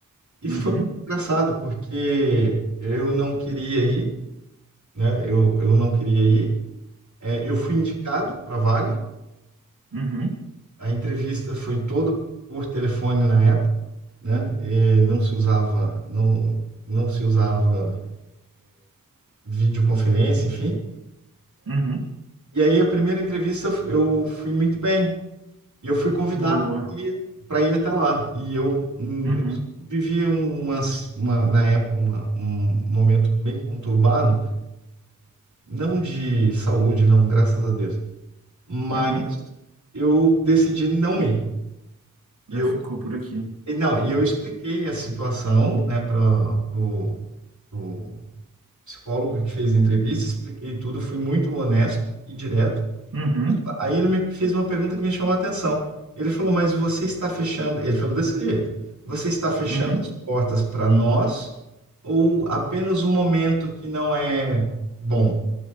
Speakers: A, on the right; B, on the right.
A: E
B: Uhum,
A: foi engraçado, porque eu não queria ir, né? Eu, eu não queria ir. É, eu fui indicado para a vaga,
B: uhum,
A: A entrevista foi toda por telefone na época, né? E não se usava, não, não se usava videoconferência, enfim.
B: uhum.
A: E aí a primeira entrevista eu fui muito bem. E eu fui convidado
B: Boa.
A: para ir, pra ir até lá. E eu, hum,
B: Uhum,
A: eu vivia uma, uma, na época uma, um momento bem conturbado, não de saúde, não, graças a Deus. Mas
B: uhum.
A: eu decidi não ir. E
B: Já
A: eu
B: ficou por aqui.
A: E Não, e eu expliquei a situação, né, para o psicólogo que fez a entrevista, expliquei tudo, fui muito honesto e direto.
B: Uhum,
A: Aí ele me fez uma pergunta que me chamou a atenção. Ele falou, mas você está fechando, ele falou desse jeito, você está fechando
B: uhum.
A: as portas para nós ou apenas um momento que não é bom?